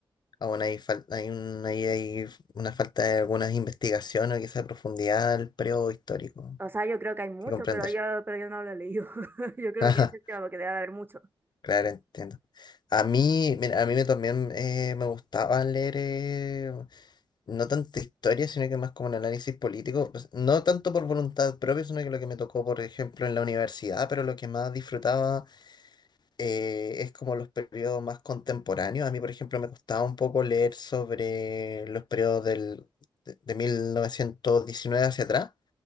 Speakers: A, on the left; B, on the right.
A: Aún hay, fal- hay, un- ahí hay una falta de algunas investigaciones o quizá profundidad al periodo histórico
B: O sea, yo creo que hay mucho,
A: que comprender.
B: pero yo, pero yo no lo he leído. <laughs> Yo creo
A: <laughs> Ajá,
B: que ese es el tema, porque debe haber mucho.
A: Claro, entiendo. A mí, mira, a mí me también eh, me gustaba leer eh, no tanto historia, sino que más como un análisis político. pues, no tanto por voluntad propia, sino que lo que me tocó, por ejemplo, en la universidad, pero lo que más disfrutaba eh, es como los periodos más contemporáneos. A mí, por ejemplo, me costaba un poco leer sobre los periodos del, de, de 1919 hacia atrás.